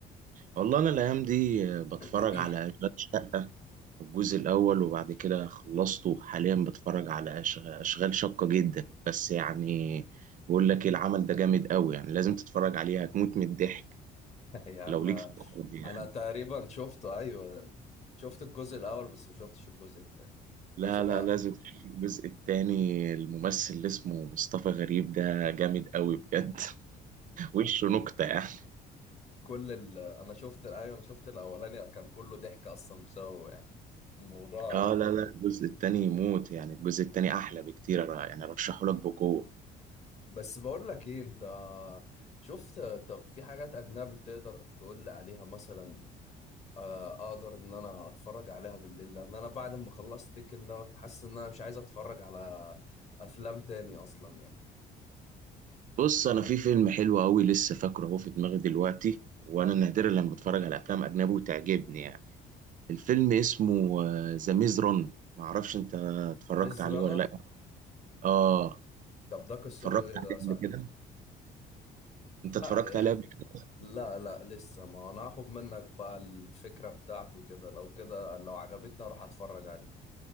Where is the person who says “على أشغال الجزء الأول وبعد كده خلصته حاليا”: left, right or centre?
Right